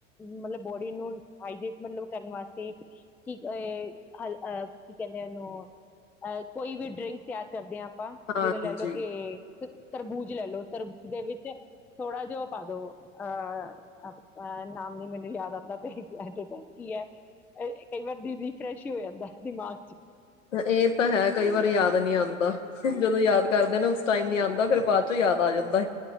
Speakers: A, in the centre; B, on the left.
A: ਮਤਲਬ ਬੋਡੀ ਨੂੰ ਹਾਈਡੇਟ ਮਤਲਬ ਕਰਨ ਵਾਸਤੇ ਕਿ ਏ ਅਹ ਕੀ ਕਹਿੰਦੇ ਆ ਉਹਨੂੰ ਅਹ ਡਰਿੰਕ ਤਿਆਰ ਕਰਦੇ ਹਾਂ। ਆਪਾਂ
B: ਹਾਂਜੀ
A: ਜਿਵੇਂ ਲੈ ਲਓ ਕੇ ਤਰਬੂਜ ਲੈ ਲਓ। ਤਰਬੂਜ ਦੇ ਵਿੱ ਥੋੜਾ ਜਿਹਾ ਉਹ ਪਾ ਦੋ ਅਹ ਨਾਮ ਨੀ ਮੈਨੂੰ ਯਾਦ ਆਉਂਦਾ ਪਿਆ ਐਟੇ ਟਾਈਮ ਕੀ ਹੈ ਕਈ ਵਾਰ ਦੀਦੀ ਫਰੈਸ਼ ਹੀ ਹੋ ਜਾਂਦਾ ਦਿਮਾਗ ਚ।
B: ਇਹ ਤਾਂ ਹੈ ਕਈ ਵਾਰੀ ਯਾਦ ਨੀ ਆਂਦਾ। ਜਦੋਂ ਯਾਦ ਕਰਦੇ ਆ ਨਾ ਉਸ ਟਾਈਮ ਨੀ ਆਉਂਦਾ ਫੇਰ ਬਾਅਦ ਚ ਯਾਦ ਆ ਜਾਂਦਾ ਐ।